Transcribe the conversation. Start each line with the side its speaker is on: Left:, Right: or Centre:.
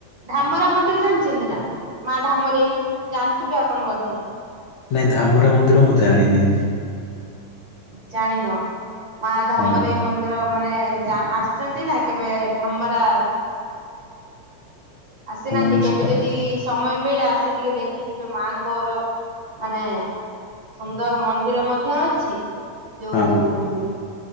Right: ଢାମରା ମନ୍ଦିର ଜାଣିଛନ୍ତି ନା ମା ଢାମରେ ଜାଣିଥିବେ ଆପଣ ବୋଧେ।
Left: ନାଇଁ ଧାମର ମନ୍ଦିର ମୁଁ ଜାଣିନି।
Right: ଜାଣିନ ମା ଧାମରେ
Left: ହଁ
Right: ମନ୍ଦି ମାନେ ଆସିଛନ୍ତି ନା କେବେ ଧାମରା। ଆସିନାହାନ୍ତି
Left: ହଁ
Right: କେବେ
Left: ସେଟା
Right: ଯଦି ସମୟ ମିଳେ ଆସି ଟିକେ ଦେଖିଯିବେ ମାଆଙ୍କର ମାନେ। ସୁନ୍ଦର ମନ୍ଦିର ମଧ୍ୟ ଅଛି ବ୍ୟ
Left: ହଁ।
Right: ହୁ।